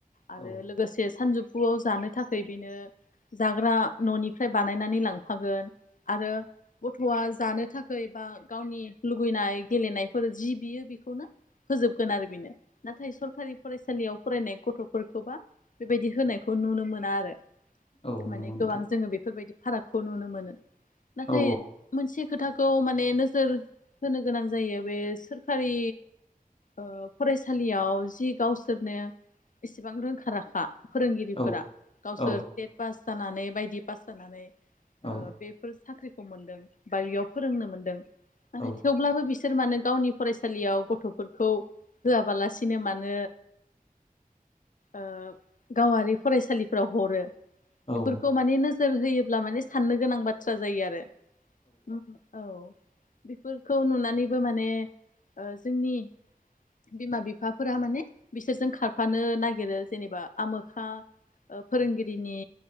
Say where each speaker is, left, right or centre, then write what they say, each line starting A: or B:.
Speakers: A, on the left; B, on the left.
A: आरो
B: औ
A: लोगोसे <unintelligible> <unintelligible> जानो थाखाय बेनो जाग्रा न'निफ्राय बानायनानै लांफागोन आरो गथ'आ जानो थाखायै बा गावनि लुुबैनाय गेलेनायफोर जि बियो बेखौनो होजोबगोन आरो बेनो। नाथाय सरकारि फरायसालियाव फरायनाय गथ'फोरखौबा बेबायदि होनायखौ नुनो मोना आरो।
B: औ
A: माने
B: नंगौ नोंथां
A: गोबां जोङो बेफोरबायदि फारागखौ नुनो मोनो। नाथाय
B: औ
A: मोनसे खोथा खौ माने नोजोर होनो गोनां जायो बे सोरखारि ओ फरायसालियाव जि गावसोरनो इसेबां रोंखा राखा फोरोंगिरिफोरा
B: औ
A: गावसोर
B: औ
A: टेट पास जानानै बायदि पास जानानै
B: औ
A: बेफोर साख्रि मोनदों। बा बेयाव फोरोंनो मोनदों। नाथाय
B: औ
A: थेवब्लाबो बिसोर इसोर मानो गावनि फरायसालियाव गथ'फोरखौ होआबालासिनो मानो <inaudible> ओ गावारि फरायसालिफोराव हरो।
B: औ
A: बेफोरखौ माने नो जोर होयोब्ला माने साननो गोनां बाथ्रा जायो आरो। ओम औ। बेफोरखौ नुनानैबो माने ओ जोंनि <inaudible> बिमा बिफाफोरा माने बिसोरजों खारफानो नागिरो जेनेबा आमोखा ओ फोरोंगिरिनि